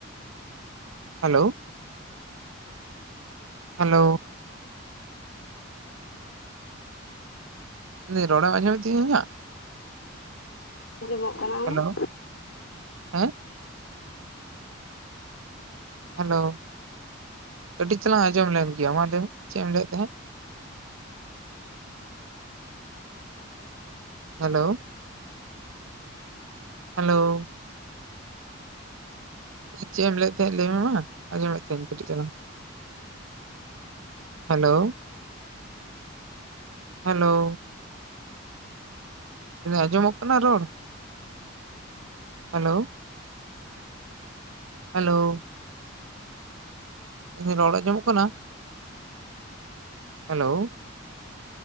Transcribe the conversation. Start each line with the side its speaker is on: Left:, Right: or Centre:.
Right: ᱦᱮᱞᱳ ᱦᱮᱞᱳ ᱞᱟ. ᱭᱫᱟᱹᱧ ᱨᱚᱲᱮᱢ ᱟᱸᱡᱚᱢᱮᱫ ᱛᱤᱧᱟ ᱤᱧᱟᱜ?
Left: ᱟᱸᱡᱚᱢᱚᱜ ᱠᱟᱱᱟ᱾ ᱟᱢᱟᱜ
Right: ᱦᱮᱞᱳ, ᱦᱮᱸ ᱦᱮᱞᱳ ᱠᱟᱴᱤᱡ ᱪᱟᱞᱟᱝ ᱟᱸᱡᱚᱢ ᱞᱮᱱ ᱜᱮᱭᱟ, ᱢᱟ ᱞᱟᱹᱭ ᱢᱮ ᱪᱮᱫ ᱮᱢ ᱞᱟᱹᱭᱮᱫ ᱛᱟᱦᱮᱸᱫ? ᱦᱮᱞᱳ ᱦᱮᱞᱳ ᱪᱮᱫ ᱮᱢ ᱞᱟᱹᱭᱮᱫ ᱛᱟᱦᱮᱸᱫ ᱞᱟᱹᱭ ᱢᱮ ᱢᱟ ᱟᱸᱡᱚᱢᱮᱫ ᱛᱟᱦᱮᱸᱱ ᱤᱧ ᱠᱟᱹᱴᱤᱡ ᱪᱟᱞᱟᱝ᱾ ᱦᱮᱞᱳ ᱦᱮᱞᱳ ᱞᱟ. ᱭᱫᱤᱧ ᱟᱸᱡᱚᱢᱚᱜ ᱠᱟᱱᱟ ᱨᱚᱲ? ᱦᱮᱞᱳ ᱦᱮᱞᱳ ᱞᱟ. ᱭᱫᱤᱧ ᱨᱚᱲ ᱟᱸᱡᱚᱢᱚᱜ ᱠᱟᱱᱟ, ᱦᱮᱞᱳ᱾